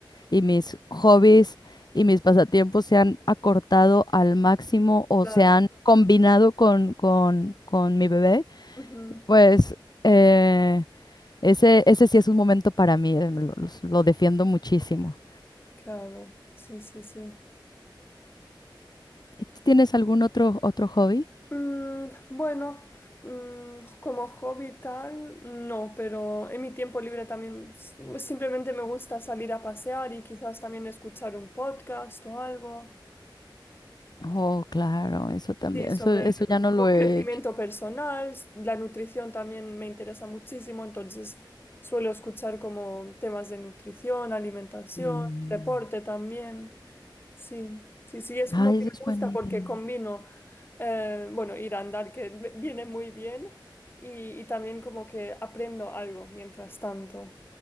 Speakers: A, on the left (about 55°); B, on the left (about 25°).
A: y mis hobbies y mis pasatiempos se han acortado al máximo o
B: Claro,
A: se han combinado con, con, con mi bebé,
B: ujú,
A: pues eh, ese, ese sí es un momento para mí, eh, lo, los- lo defiendo muchísimo.
B: claro, sí, sí, sí.
A: ¿Y tú tienes algún otro, otro hobby?
B: Mm, bueno, mm, como hobby tal, no, pero en mi tiempo libre también s- simplemente me gusta salir a pasear y quizás también escuchar un podcast o algo.
A: Oh, claro, eso también,
B: Sí, sobre
A: eso, eso ya no
B: como
A: lo
B: crecimiento
A: he hecho.
B: personal, la nutrición también me interesa muchísimo, entonces suelo escuchar como temas de nutrición, alimentación,
A: Mm.
B: deporte también. Sí, sí, sí, es
A: Ay,
B: como que
A: eso
B: me
A: es buena
B: gusta
A: idea.
B: porque combino, eh, bueno, ir a andar que v- viene muy bien y, y también como que aprendo algo mientras tanto.